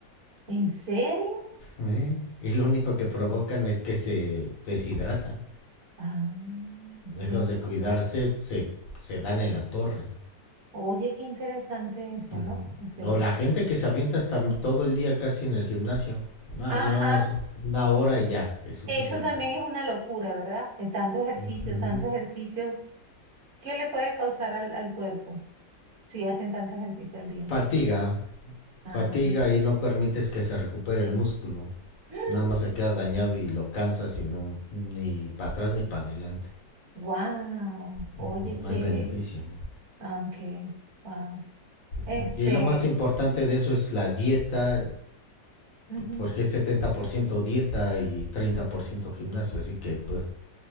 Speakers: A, on the right (about 40°); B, on the left (about 55°).
A: ¿En serio?
B: ¿Eh? Y lo único que provocan es que se deshidratan.
A: Ah, ok.
B: Dejas de cuidarse, se, se dan en la torre.
A: Oye, qué interesante eso,
B: Ujú.
A: ¿no? Hacer
B: O
A: eso.
B: la gente que se avienta hasta todo el día casi en el gimnasio. No,
A: Ajá,
B: yo nada más un- una hora y ya, es suficiente.
A: eso también es una locura, ¿verdad? De tanto ejercicio,
B: Ujú.
A: tanto ejercicio, ¿qué le puede causar al, al cuerpo si hacen tanto ejercicio al día?
B: Fatiga,
A: Ah,
B: fatiga y no permites que se recupere el músculo.
A: <gasps>
B: Nada más se queda dañado y lo cansas y no, ni para atrás ni para adelante.
A: wow, oye,
B: Ujú, No
A: qué,
B: hay beneficio.
A: ah, ok, wow. Este,
B: Ujú. Y lo más importante de eso es la dieta,
A: ujú,
B: porque es 70% dieta y 30% gimnasio, así que pues,